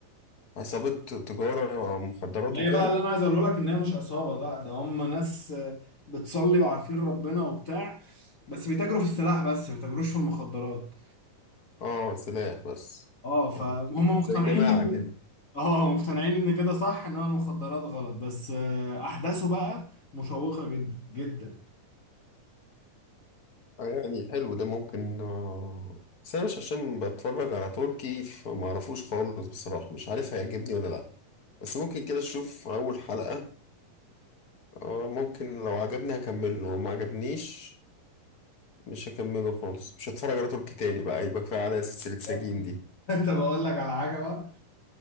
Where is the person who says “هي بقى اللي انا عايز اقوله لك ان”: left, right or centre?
Left